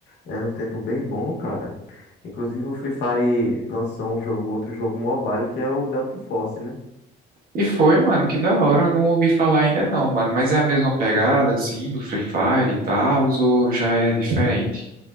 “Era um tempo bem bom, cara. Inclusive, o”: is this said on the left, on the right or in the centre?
Left